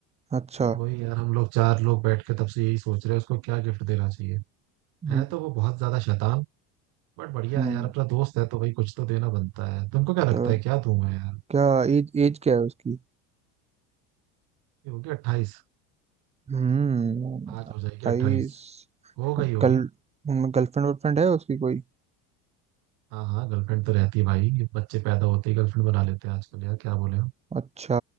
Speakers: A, on the right; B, on the right.
A: अच्छा
B: तो वही यार हम लोग चार लोग बैठ के तब से यही सोच रहे हैं उसको क्या गिफ्ट देना चाहिए है
A: हम्म
B: तो वो बहुत ज्यादा शैतान बट बढ़िया
A: हम्म
B: है यार अपना दोस्त है तो भाई कुछ तो देना बनता है तुमको क्या लगता
A: तो
B: है क्या दूं मैं यार
A: क्या एज एज क्या है उसकी
B: ये होगी अट्ठाईस
A: हम्म
B: आज
A: अट्ठाईस
B: हो जाएगी अट्ठाईस हो गई होगी
A: गर्ल गर्लफ्रेंड वर्लफ्रेंड है उसकी कोई
B: हाँ हाँ गर्लफ्रेंड तो रहती है भाई ये बच्चे पैदा होते ही गर्लफ्रेंड बना लेते हैं आजकल यार क्या बोले हो
A: अच्छा